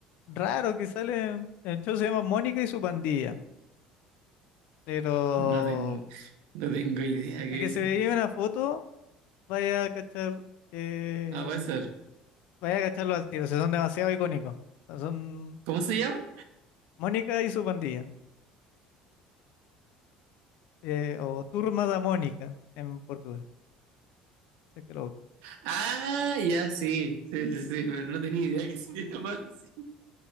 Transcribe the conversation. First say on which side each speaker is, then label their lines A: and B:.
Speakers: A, on the left; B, on the right.
A: raro que sale, en- el show se llama Mónica y su pandilla, pero
B: No tengo, no tengo idea qué
A: el que
B: es
A: se
B: eso.
A: veía una foto, vaya a cachar, que-
B: Ah, puede ser.
A: vaya a cacharlo al tiro, o sea, son demasiado icónicos. O sea, Son
B: ¿Cómo se llama?
A: Mónica y su pandilla, eh, o Turma da Mónica en portugués. si es que lo-
B: Ah, ya sí, sí, sí, sí, pero no tenía idea que se <laughs> llama así.